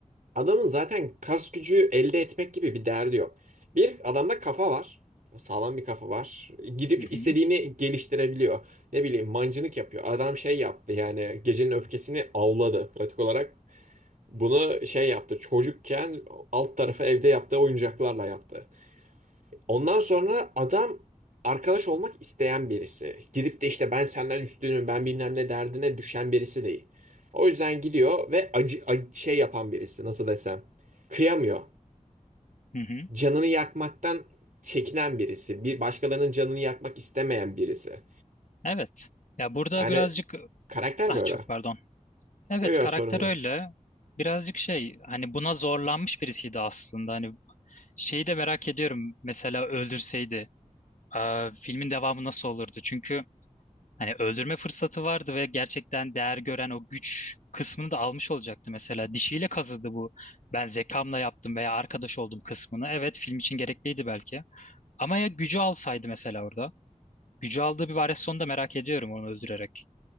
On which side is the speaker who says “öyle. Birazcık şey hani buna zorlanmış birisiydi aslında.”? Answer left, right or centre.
Left